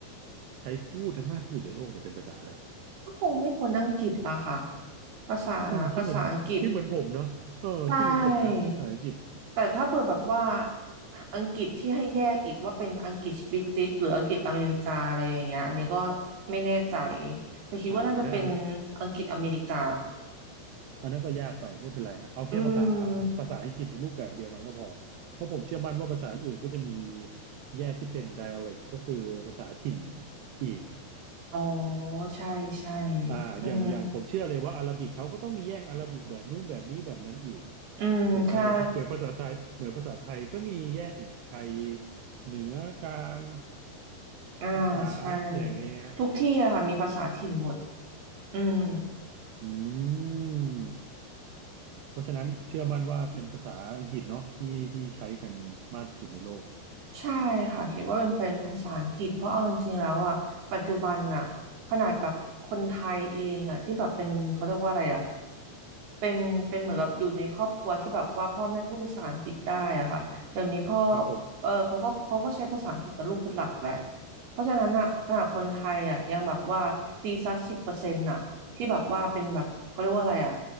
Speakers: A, on the right; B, on the right.
A: ใช้พูดกันมากที่สุดในโลกเนี่ยเป็นภาษาอะไร
B: ก็คงไม่พ้นอังกฤษละค่ะภาษาภาษาอังกฤษ
A: อืมคิดเหมือนคิดเหมือนผมเนาะเออคิดเหมือนผมนะภาษาอังกฤษ
B: ใช่แต่ถ้าเผื่อแบบว่าอังกฤษที่ให้แยกอีกว่าเป็นอังกฤษบริติชหรืออังกฤษอเมริกาอะไรอย่างเงี้ยอันนี้ก็ไม่แน่ใจแต่คิดว่าน่าจะเป็น
A: อ่าอันนั้นอัน
B: อังกฤษอเมริกา
A: อันนั้นก็ยากไปไม่เป็นไรฮะเอาแค่ภาษา
B: อืม
A: ภาษาอังกฤษในรูปแบบเดียวกันก็พอเพราะผมเชื่อมั่นว่าภาษาอื่นๆก็จะมีแยกที่เป็น dialect ก็คือภาษาถิ่นอีก
B: อ๋อใช่ ใช่
A: อ่าอย่างอย่างผมเชื่อเลยว่าอาหรับิกเขาก็ต้องมีแยกอาหรับิกแบบนู้นแบบนี้แบบนั้นอีก
B: อืม อืมใช่
A: ถูกไหมเหมือนเหมือนภาษาไทยเหมือนภาษาไทยก็มีแยกอีกไทยเหนือกลาง
B: อ่า
A: อีสานอย่างเงี้ยอ่า
B: ใช่ทุกที่อะค่ะมีภาษาถิ่นหมดอืม
A: อืมเพราะฉะนั้นเชื่อมั่นว่าเป็นภาษาอังกฤษเนาะที่ที่ใช้กันมากที่สุดในโลก
B: ใช่ค่ะคิดว่าเป็นเป็นภาษาอังกฤษเพราะเอาจริงๆแล้วอ่ะปัจจุบันอ่ะขนาดแบบคนไทยเองอ่ะที่แบบเป็นเขาเรียกว่าอะไรอ่ะเป็นเป็นเหมือนแบบอยู่ในครอบครัวที่แบบว่าพ่อแม่พูดภาษาอังกฤษได้อ่ะค่ะเดี๋ยวนี้พ่อ
A: ครับผม
B: เออเขาก็เขาก็ใช้ภาษาอังกฤษกับลูกเป็นหลักแหละเพราะฉะนั้นอ่ะขนาดคนไทยอ่ะยังแบบว่าตีสักสิบเปอร์เซ็นต์อ่ะที่แบบว่าเป็นแบบเขาเรียกว่าอะไรอ่ะ